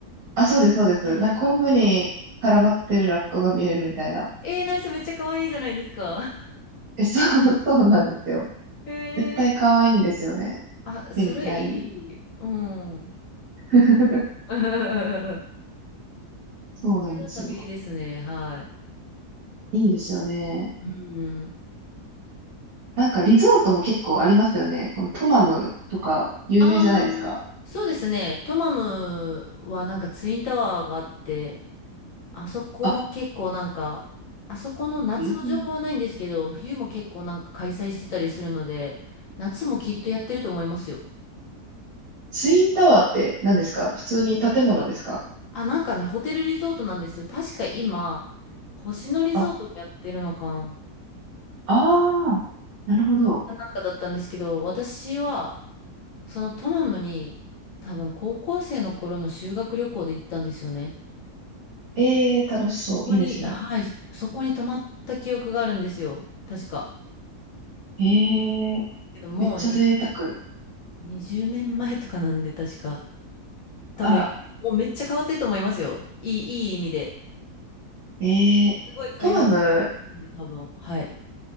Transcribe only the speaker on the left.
はいはいは
い。えー、成瀬めっちゃ可愛いじゃないですか。
<laughs> え
ー、あ、それいい。
うん。
<laughs> 北
海道旅いいですね。はい。
うん。
ああ、そうですね。トマムはなんかツインタワーがあって、あそこも結構なんか、
あそこの夏の情報はないんですけど、
冬も結構なんか開催してたりするので、夏もきっとやってると思いますよ。
あ、なんかね、ホテルリゾートなんですよ。確か今、星野リゾートがやってるのかな。
なんかだったんですけど、私は、そのトマムに多分高校生の頃の修学旅行で行ったんですよね。
ここに、
はい、そこに泊まった記憶があるんですよ。確か。
けどもうに
20年前とかなんで、確か。多分、
もうめっちゃ変わってると思いますよ。いい、いい意味で。
すごい開発されてるんで、
多分。はい。